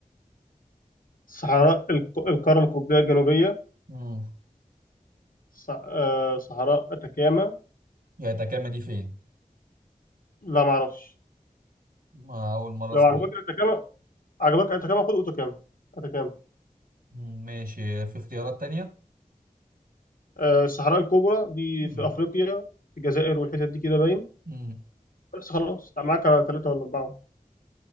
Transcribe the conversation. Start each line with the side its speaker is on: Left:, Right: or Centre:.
Left: صحراء الق- القاره القطبيه الجنوبيه
Right: مم.
Left: ص- آه، صحراء اتاكاما
Right: يا تكامة دي فين؟
Left: لا معرفش
Right: ما أول مرة
Left: لو
Right: أسمع
Left: عجبك اتاكاما عجبك اتacama خد اوتاكام اتacama
Right: مم. ماشي في اختيارات تانية
Left: آه، الصحراء الكبرى دي
Right: مم.
Left: في افريقيا في الجزائر والحتت دي كده باين
Right: مم.
Left: بس خلاص معاك ثلاثة ولا أربعة